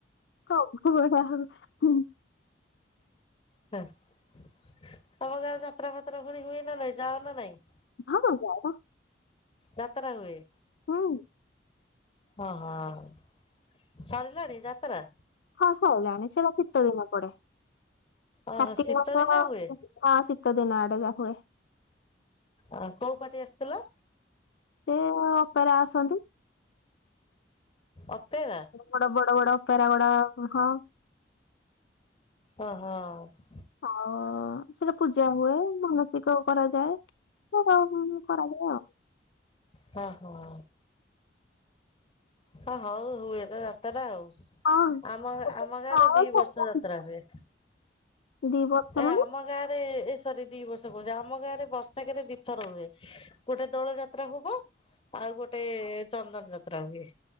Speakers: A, on the left; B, on the left.
A: ସବୁ ବେଳେ ଆଉ ହୁଁ
B: ତମ ଗାଆଁରେ ଯାତ୍ରା ଫାତ୍ରା ପୁଣି ହୁଏ ନା ନାଇଁ, ଯାଅ ନା ନାଇଁ?
A: ହଁ ଯାଏ ପା।
B: ଯାତ୍ରା ହୁଏ?
A: ହୁଁ।
B: ହଁ ହଁ, ସରିଲାଣି ଯାତ୍ରା?
A: ହଁ ସଇଲାଣିି, ସିଏପା ଶୀତ ଦିନେ ପଡେ,
B: ଓହୋ
A: କାର୍ତ୍ତିକ
B: ଶୀତ
A: ମାସ
B: ଦିନ
A: ହଁ
B: ହୁଏ
A: ଶୀତ ଦିନେ ଆଡେକା ହୁଏ।
B: ଆ କୋଉ ପାଟି ଆସିଥିଲା?
A: ସେ ଅପରା ଆସନ୍ତି।
B: ଅପେର୍
A: ବଡ-ବଡ-ବଡ, ଅପେରାଗୁଡା ହଁ।
B: ହ ହଁ।
A: ଆଉ ସେଠି ପୂଜା ହୁଏ ମାନସିକ କରାଯାଏ। <unintelligible> କରାଯାଏ ଆଉ।
B: ହଁ ହଁ। ହ ହଉ ହୁଏ ତ ଯାତେରା ଆଉ।
A: ଆଉ
B: ଆମ,
A: ହଁ। ପ୍ରାୟ
B: ଆମ ଗାଆଁରେ ଦି
A: ସବୁ
B: ବର୍ଷ ଯାତ୍ରା
A: କିଛି
B: ହୁଏ।
A: ଦି ବର୍ଷ
B: ଏ
A: ମାନେ
B: ଆମ
A: ହଁ
B: ଗାଆଁରେ ଏ ସରି ଦି ବର୍ଷ କହୁଛି ଆମ ଗାଆଁରେ ବର୍ଷେକେରେ ଦି ଥର ହୁଏ। ଗୋଟେ ଦୋଳ ଯାତ୍ରା ହବ ଆଉ ଗୋଟେ ଚନ୍ଦନ ଯାତ୍ରା ହୁଏ।